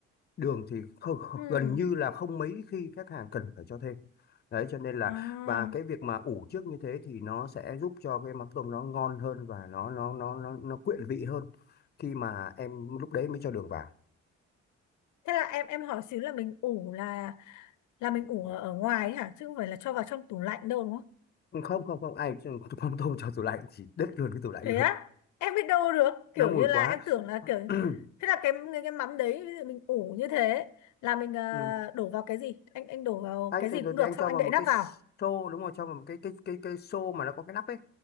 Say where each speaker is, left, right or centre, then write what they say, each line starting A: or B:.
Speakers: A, on the left (about 35°); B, on the left (about 75°).
A: đường thì không, không-
B: Ừ.
A: gần như là không mấy khi khách hàng cần phải cho thêm đấy cho nên là
B: À.
A: và cái việc mà ủ trước như thế thì nó sẽ giúp cho cái mắm tôm nó ngon hơn và nó nó nó nó, nó quyện vị hơn khi mà em lúc đấy mới cho đường vào
B: Thế là em em hỏi xíu là mình ủ là là mình ủ ở, ở ngoài ấy hả chứ không phải là cho vào trong tủ lạnh đâu đúng không?
A: không không không ai cũng không tôm cho tủ lạnh chỉ đứt luôn cái tủ lạnh
B: thế
A: luôn
B: á em biết đâu được
A: nó
B: kiểu
A: mùi
B: như là
A: quá
B: em tưởng là kiểu
A: <clears throat>
B: thế là cái cái, cái mắm đấy ví dụ mình ủ như thế là mình à,
A: ừ.
B: đổ vào cái gì anh anh đổ vào
A: anh
B: cái
A: thường
B: gì cũng
A: thường
B: được
A: thì anh cho
B: xong anh
A: vào
B: đậy
A: một
B: nắp
A: cái
B: vào
A: xô đúng không cho vào một cái cái cái cái xô mà nó có cái nắp ấy